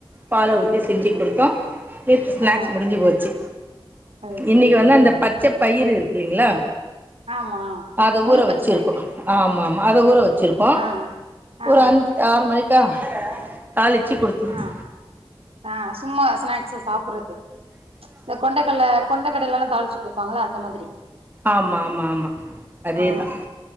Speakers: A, on the right; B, on the right.
A: பால ஊத்தி
B: நன்றி,
A: செஞ்சு
B: நன்றி.
A: கொடுத்தோ நேற்று ஸ்நாக்ஸ்
B: ஆ.
A: முடிஞ்சு போச்சு
B: அது
A: இன்னைக்கு
B: சரி.
A: வந்து
B: ஆ.
A: அந்த பச்ச பயிர் இருக் இல்லைங்களா
B: ஆமா.
A: அத
B: முழு
A: ஊற
B: பச்ச
A: வச்சிருக்கோ
B: பயிறு.
A: ஆமாம் அத ஊற வச் ச்சிருக்கோ
B: ஆ. ஆ.
A: ஒரு அஞ்சு ஆறு மணிக் க தாளிச்சு கொடுத்துடுவோ
B: ஆ. ஆ சும்மா ஸ்நாக்ஸ சாப்பறது இந்த கொண்டைக்கடல கொண்டைக்கடையிலல்லா தாளிச்சு கொடுப்பாங்களா அந்த மாதிரி
A: ஆமா ஆமா ஆமா அதேதா
B: ஆ.